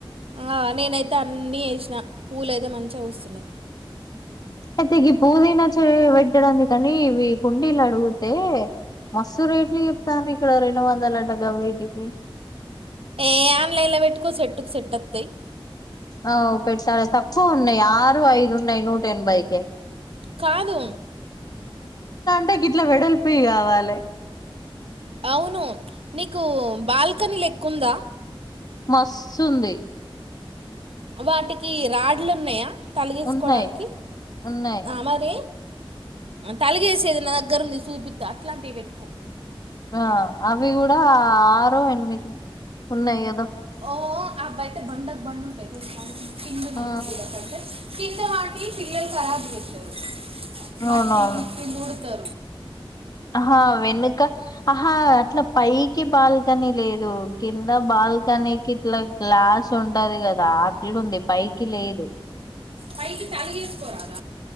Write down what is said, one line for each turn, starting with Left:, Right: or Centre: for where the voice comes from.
Right: ఆ నేనైతే అన్నీ ఏశిన పూలయితే మంచిగ వుస్తునయ్.
Left: అయితే గి పూదిన చే వెట్టడానికని ఇవి కుండీల్ అడుగుతే మస్సు రేట్లు చెప్తాన్రు ఇక్కడ రెండు వందలంట గవీటికి
Right: ఏ ఆన్లైన్లో వెట్టుకో సెట్టుకు సెట్ ఒత్తయ్
Left: ఆ పెట్టాలె తక్కువ ఉన్నయి ఆరు ఐదు ఉన్నయి నూట ఎనభైకె
Right: కాదు
Left: టె గిట్ల వెడల్పివి కావాలె
Right: ఔను నికు బాల్కని లెక్కుంద
Left: మస్తుంది.
Right: వాటికి రాడ్లున్నయ తగిలిస్కోడానికి
Left: ఉన్నాయి ఉన్నాయి
Right: ఆ మరి తలుగేసేది నా దగ్గరుంది సూపిత్త అట్లాంటివి వెట్టుకో
Left: ఆ అవి గుడ ఆరో ఎనిమిది ఉన్నయి గద
Right: ఓ అవ్వైతే బండక్ బండుంటయ్ తెల్సా కిందన్న
Left: ఆ
Right: కుండీల కంటే కింద వాటి పిల్లలు ఖరాబ్ జేత్తరు మట్టి
Left: అవునవును
Right: గిట్టి మూడ్ తా
Left: ఆహా వెనుక ఆహా అట్ల పైకి బాల్ తని లేదు కింద బాల్కనికిట్ల గ్లాస్ ఉంటది గదా అట్లుంది పై ఎకి లేదు
Right: పైకి తలగేసుకొరాద